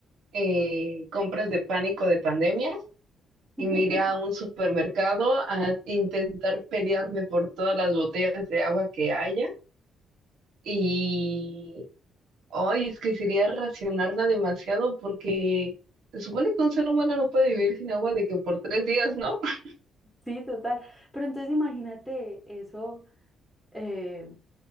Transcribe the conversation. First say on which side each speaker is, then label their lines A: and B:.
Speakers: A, on the right; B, in the centre.
A: eh, compras de pánico de pandemia y
B: <laughs>
A: me iría a un supermercado a intentar pelearme por todas las botellas de agua que haya Y hoy es que sería racionarla demasiado porque se supone que un ser humano no puede vivir sin agua de que por tres días, ¿no? <laughs>
B: Sí, total. Pero entonces imagínate eso. eh,